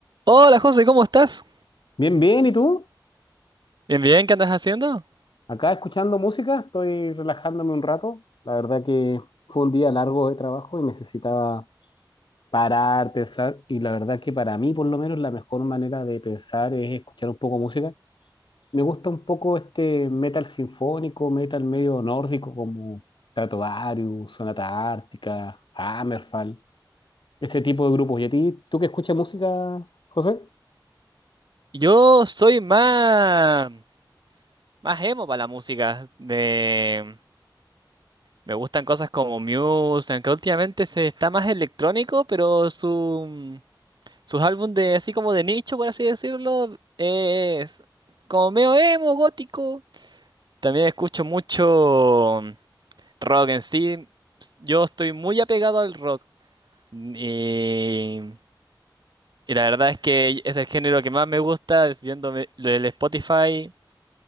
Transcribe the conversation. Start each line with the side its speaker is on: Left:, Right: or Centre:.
Right: Hola José, ¿cómo estás?
Left: Bien, bien, ¿y tú?
Right: Bien, bien, ¿qué andas haciendo?
Left: Acá escuchando música, estoy relajándome un rato. La verdad que fue un día largo de trabajo y necesitaba parar, pensar, y la verdad que para mí por lo menos la mejor manera de pensar es escuchar un poco música. Me gusta un poco este metal sinfónico, metal medio nórdico como Stratovarius, Sonata Ártica, Hammerfall, ese tipo de grupos. ¿Y a ti, tú que escuchas música, José?
Right: Yo soy más, más emo para la música. Me, me gustan cosas como Muse, aunque últimamente se está más electrónico, pero su, sus álbumes de así como de nicho, por así decirlo, es como medio emo, gótico. También escucho mucho rock en sí. Yo estoy muy apegado al rock. Y Y la verdad es que es el género que más me gusta, viéndome lo del Spotify.